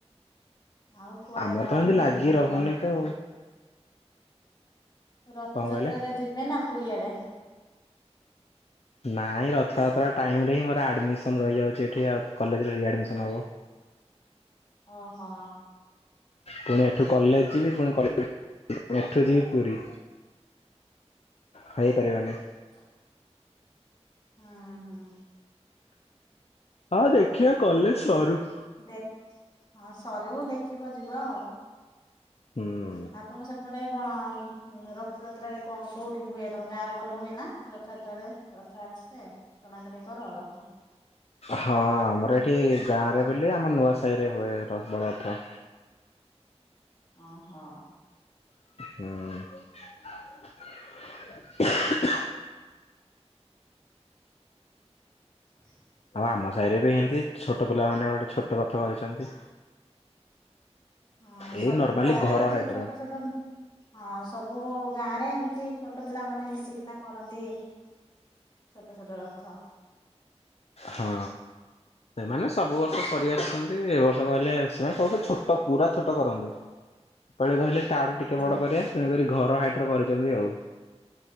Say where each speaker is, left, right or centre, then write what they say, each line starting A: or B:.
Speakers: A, on the left; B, on the left.
A: ଆଉ କୁଆଡେ
B: ଆମର
A: ଯାଉଛନ୍ତି
B: ତ ଏମତି ଲାଗି
A: ବୁଲିବାକୁ
B: ରହୁନି ତ
A: ରଥଯାତ୍ରାରେ
B: କଣ କହିଲେ?
A: ଯିବେ ନା ପୁରୀଆଡେ?
B: ନାଇଁ ରଥଯାତ୍ରା ଟାଇମରେ ହିଁ ମୋର ଆଡମିସନ ରହିଯାଉଛି ଏଠି କଲେଜରେ ରିଆଡ଼ମିସନ ହେବ।
A: ଓ ହୋ।
B: ପୁଣି ଏଠୁ କଲେଜ ଯିବି ପୁଣି କ ଏଠୁ ଯିବି ପୁରୀ ହେଇପାରିବନି।
A: <inaudible> ହୁଁ ହୁଁ।
B: ଆଉ ଦେଖିବା କଲେଜ ସରୁ
A: ଦେଖ ହଁ ସରିବ ଦେଖିବ ଯିବ ଆଉ
B: ହୁଁ।
A: ହଁ ତମ ସେପଟେ କଣ ରଥଯାତ୍ରାରେ କଣ କେଉଁଠି ହୁଏ ତମ ଗାଁରେ ଭଲ ହୁଏ ନା ରଥଯାତ୍ରାରେ ରଥଯାତ୍ରା ସେ ଟଣାଟଣି କର ରଥ
B: ହଁ ଆମର ଏଠି ଗାଁରେ ବୋଲି ଆମର ନୂଆ ସାହିରେ ହୁଏ ବଡ଼ରଥ।
A: ଓହୋ।
B: ହୁଁ।
A: <inaudible>
B: ଆଉ ଆମ ସାହିରେ ବି ହେନ୍ତି ଛୋଟ ପିଲାମାନେ ଗୋଟେ ଛୋଟ ରଥ କରିଛନ୍ତି।
A: ହଁ ସବୁ
B: ଏଇ ନର୍ମାଲି
A: ଗାଁରେ
B: ଘର
A: ତ
B: ହାଇଟର
A: ସେଇ ଛୋଟ ଛୋଟ ହଁ ସବୁ ଗାଁରେ ଏମତି ଛୋଟ ପିଲାମାନେ ମିଶିକିନା କରନ୍ତି ଛୋଟ ଛୋଟ ରଥ।
B: ହଁ ସେମାନେ ସବୁବର୍ଷ କରି ଆସୁଛନ୍ତି। ଏଇ ବର୍ଷ କହିଲେ ସେମାନେ ସମସ୍ତେ ଛୋଟ ପୁରା ଛୋଟ କରନ୍ତି। ପେଳେ କହିଲେ ତାଠୁ ଟିକେ
A: ଓହୋ
B: ବଡ କରିବା ତେଣୁ କରି ଘର ହାଇଟର କରିଛନ୍ତି ଆଉ।